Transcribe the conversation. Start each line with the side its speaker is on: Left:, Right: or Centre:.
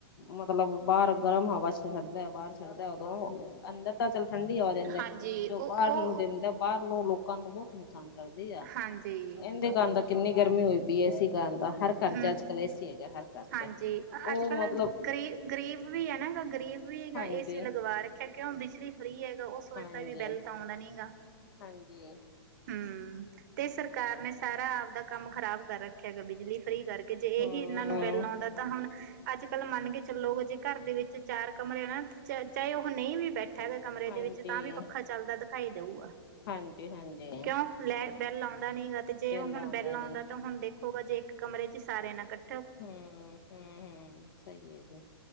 Left: ਮਤਲਬ ਬਾਰ ਗਰਮ ਹਵਾ ਚ ਛੱਡਦਾ ਬਾਰ ਛੱਡਦਾ ਉਦੋਂ ਅੰਦਰ ਤਾਂ ਚੱਲ ਠੰਡੀ ਹਵਾ। ਦਿੰਦਾ
Right: ਹਾਂਜੀ ਉਹ
Left: ਬਾਹਰ ਨੂੰ
Right: ਉਹ
Left: ਦਿੰਦਾ ਬਾਹਰ ਨੂੰ ਲੋਕਾਂ ਨੂੰ ਬਹੁਤ ਨੁਕਸਾਨ ਕਰਦੀ ਆ।
Right: ਹਾਂਜੀ
Left: ਇਨਦੇ ਕਾਰਨ ਤਾ ਕਿੰਨੀ ਗਰਮੀ ਹੋਈ ਪਈ ਐ। ਏ-ਸੀ ਕਾਰਨ ਦਾ ਹਰ ਘਰ
Right: ਹਮ
Left: ਚ ਅੱਜ ਕੱਲ ਏ-ਸੀ ਹੈਗਾ ਹਰ ਘਰ।
Right: ਹਾਂਜੀ
Left: ਚ ਉਹ
Right: ਅੱਜ ਕੱਲ੍ਹ
Left: ਮਤਲਬ
Right: ਗਰੀਬ -ਗਰੀਬ ਵੀ ਹੈ ਨਾ ਗਾ ਗਰੀਬ ਵੀ ਗਾ
Left: ਹਾਂਜੀ
Right: ਏ- ਸੀ ਲਗਵਾ ਰੱਖ ਫਿਰ ਕਿਉਂ ਬਿਜਲੀ ਫਰੀ ਹੈਗਾ ਓਹ ਸੋਚਦਾ
Left: ਹਾਂਜੀ
Right: ਵੀ ਬਿੱਲ ਤਾਂ ਆਉਂਨਾ ਨੀ ਗਾ।
Left: ਹਾਂਜੀ
Right: ਹਮ ਤੇ ਸਰਕਾਰ ਨੇ ਸਾਰਾ ਆਪਦਾ ਕੰਮ ਖ਼ਰਾਬ ਕਰ ਰੱਖਿਆ ਗਾ ਬਿਜਲੀ। ਫਰੀ ਕਰਕੇ ਜੇ
Left: ਹੂੰ।
Right: ਇਹੀ ਇਹਨਾਂ ਨੂੰ ਬਿੱਲ ਆਉਂਦਾ ਤਾਂ ਹੁਣ ਅੱਜ ਕੱਲ ਮੰਨ ਕੇ ਚੱਲੋ ਜੇ। ਘਰ ਦੇ ਵਿੱਚ ਚਾਰ ਕਮਰੇ ਨਾ ਚਾਹੇ ਉਹ ਨਹੀ ਵੀ ਬੈਠਾ ਹੈਗਾ ਤਾ ਵੀ ਕਮਰੇ
Left: ਹਾਂਜੀ,
Right: ਦੇ ਵਿੱਚ ਤਾਂ ਵੀ ਪੱਖਾ ਚੱਲਦਾ ਦਖਾਈ ਦਊਗਾ।
Left: ਹਾਂਜੀ ਹਾਂਜੀ।
Right: ਕਿਉਂ ਲੈ
Left: ਤੇ
Right: ਬਿੱਲ ਆਉਂਦਾ ਨੀ ਗਾ ਤੇ ਜੇ
Left: ਵੇਲਾ
Right: ਹੁਣ ਬਿੱਲ
Left: ਨੀ।
Right: ਆਉਂਦਾ ਤਾਂ ਹੁਣ ਦੇਖ। ਉਹੋ ਗਾ ਜੇ ਇੱਕ ਕਮਰੇ ਚ ਸਾਰੇ ਨਾਲ ਕੱਠੇ।
Left: ਹੂੰ - ਹੂੰ -ਹਮ ਸਹੀਏ ਜੇ।